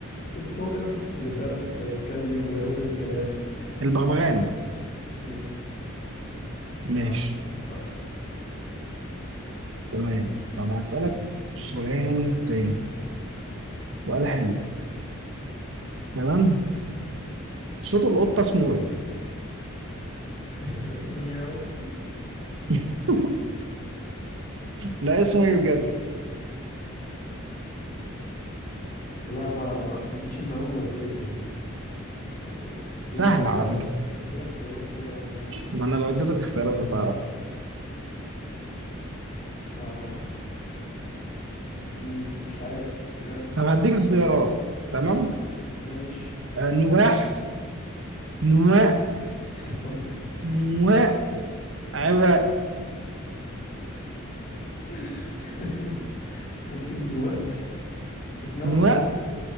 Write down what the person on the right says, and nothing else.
البغبغان
ماشي
تمام طب هسألك سؤال تاني سؤال حلو تمام صوت القطة اسمه إيه؟
<laughs> لا اسمه إيه بجد؟
سهل
على فكرة
ما أنا لو اديتك اختيارات هتعرف
طب هديك اختيارات تمام
آه، نواح نواء
مواء عواء
نواء